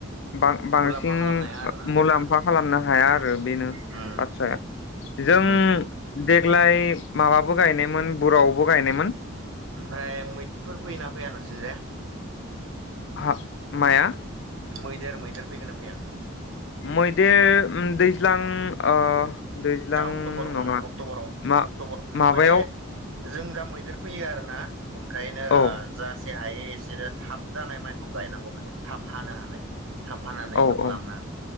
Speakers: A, on the left; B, on the right.
A: बां बांसिन
B: मुलाम्फा खालामनो हाया आरोना
A: मुलाम्फा
B: उम
A: खालामनो हाया आरो बेनो
B: उम
A: बाथ्राया जों
B: उम
A: देग्लाय माबाबो गायनायमोन बुरावबो गायनायमोन
B: ओमफ्राय मैदेरफोर फैयो ना फैया नों थिंजाय
A: हा माया
B: मैदेर मैदेर फैगोना फैया
A: मैदेर उम दैज्लां ओ दैज्लां
B: दा अक्ट'बर
A: नङा
B: अक्ट'बराव
A: मा
B: अक्ट'बर
A: माबायाव
B: माने जों जा मैदेर फैयो आरोना ओंखायनो
A: औ
B: जास्ट जेसे हायो एसेनो थाब जानाय माइखौ गायनांगौ माने थाब हानो हानाय थाब हानानै
A: औ
B: न'आव
A: औ
B: लांनो